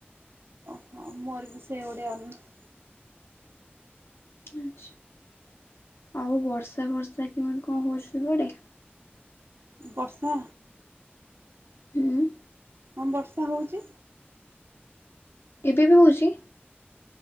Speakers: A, on the right; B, on the left.
A: ଓ ହୋ ମୋର ବି ସେଇ ଓଡ଼ିଆ ଅନର୍ସ
B: ଆଛା ଆଉ ବର୍ଷା ଫର୍ଷା କେମିତି କଣ ହଉଛି ସବୁଆଡ଼େ
A: ବର୍ଷା
B: ହୁଁ
A: ହଁ ବର୍ଷା ହଉଛି
B: ଏବେ ବି ହଉଛି